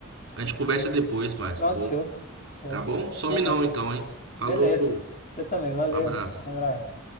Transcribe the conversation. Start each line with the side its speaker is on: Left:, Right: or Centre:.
Right: A gente conversa depois mais
Left: pronto,
Right: um pouco,
Left: show. Show.
Right: tá bom? Some
Left: Valeu.
Right: não então, hein? Falou,
Left: Beleza. Você também, valeu.
Right: um abraço.
Left: Um abraço.